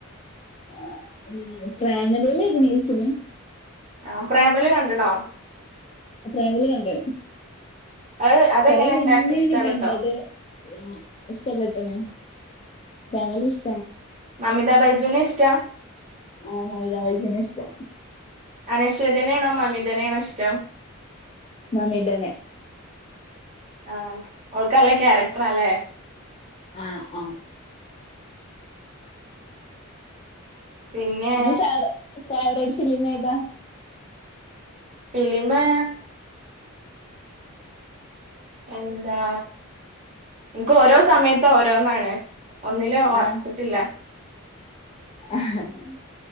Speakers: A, on the left (about 25°); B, on the right (about 35°).
A: ആ പ്രേമലൂല് അഭിനേച്ചിന്
B: ആ പ്രേമലൂ കണ്ട്ണോ
A: പ്രേമലൂ കണ്ടണ്
B: അത് അതെങ്ങനെണ്ട്
A: കൊറേ മുന്നെണ്
B: അനക്ക് ഇഷ്ടപ്പെട്ടോ
A: കണ്ടത് ആ ഇഷ്ടപ്പെട്ടണ് പ്രേമലൂ ഇഷ്-
B: മമിത ബൈജുനെ ഇഷ്ടാ
A: ആ മമിത ബൈജുനെ ഇഷ്ടം
B: അനശരാണോ മമിതനാണോ ഇഷ്ടം
A: മമിതനെ
B: ആഹ് ഓൾക്കല്ല ക്യാരക്ടറാല്ലേ
A: ആഹ് ആഹ്
B: പിന്നെ
A: ങ്ങളെ ഫേവ ഫേവറേറ്റ് ഫിലിമേതാ
B: ഫിലിമ് എന്താ ൻക്ക് ഓരോ സമയത്ത് ഓരോന്നാണ് ഒന്നില് ഒറച്ചിട്ടില്ല
A: ആ <inaudible>